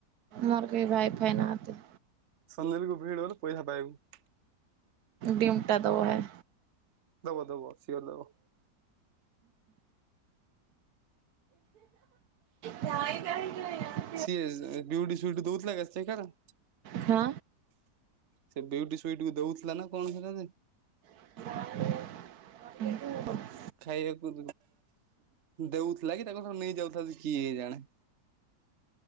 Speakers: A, on the right (about 70°); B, on the right (about 50°).
A: ମୋର କେଏ ଭାଇଫାଇ ନାହାଁନ୍ତି।
B: ସଲନାଇନ୍ କୁ ଭିଡରୁ ପଇସା ପାଇବୁ।
A: ଦୀମ ଟା ଦବ ଭାଇ।
B: ଦବ ଦବ ସିଓର ଦବ।
A: ନାଇଁ ନାଇଁ <unintelligible>
B: ସିଏ ବିଉଟି ଶୁଇଟି ଦଉଥିଲା <unintelligible>
A: ହଁ।
B: ସେ ବିଉଟି ସୁଇଟି କୁ ଦଉଥିଲା ନା କଣ ସେଇଟା ଯେ
A: <inaudible>
B: ଖାଇବାକୁ ଦେଉଥିଲା କି ତାଙ୍କ ଠାରୁ ନେଇଯାଉଥାନ୍ତି କିଏ ଜାଣେ?